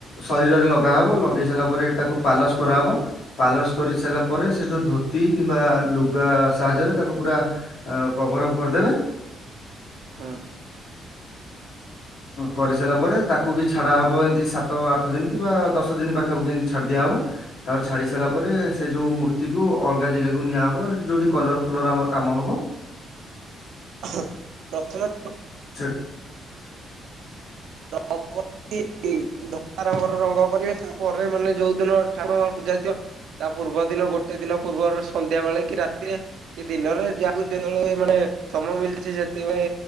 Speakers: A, on the left; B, on the right.
A: ଶରୀରରେ ଲଗାହବ। ଲଗେଇ ସାରିଲା ପରେ ତାକୁ ପାଲସ କରାହବ। ପାଲସ କରି ସାରିଲା ପରେ। ସେ ଯୋଉ ଧୋତି କିମ୍ବା ଲୁଗା ସାହାଯ୍ୟରେ ତାକୁ ପୁରା କଭରଅପ୍ କରିଦେବେ।
B: ହଁ।
A: କରିସାରିଲା ପରେ। ତାକୁ ବି ଛାଡ଼ାହବ ଏମିତି ସାତ ଆଠ ଦିନ କିମ୍ବା ଦଶ ଦିନ ପାଖାପାଖି ଏମିତି ଛାଡ଼ି ଦିଆହବ। ତାପରେ ଛାଡ଼ି ସାରିଲା ପରେ। ସେ ଯୋଉ ମୂର୍ତ୍ତି କୁ ଅଲଗା ଜାଗାକୁ ନିଆହବ ହେଟି ଯୋଉଠି କଲର ଫଲର ଆମର କାମ ହବ।
B: <unintelligible> ପ୍ରଥମେ
A: ଛଟ୍
B: <unintelligible> <unintelligible> ଧଳା ରଙ୍ଗର ରଙ୍ଗ କରିବେ ତାପରେ ମାନେ ଯୋଉଦିନ ଠାକୁରଙ୍କର ପୂଜା ହେଇଥିବ ତା ପୂର୍ବ ଦିନ ଗୋଟେ ଦିନ ପୂର୍ବରୁ ସନ୍ଧ୍ୟା ବେଳେ କି ରାତିରେ କି ଦିନରେ ଯାହାକୁ ଯେତେବେଳେ ମାନେ ସମୟ ମିଳଛି ସେ ସେତେବେଳେ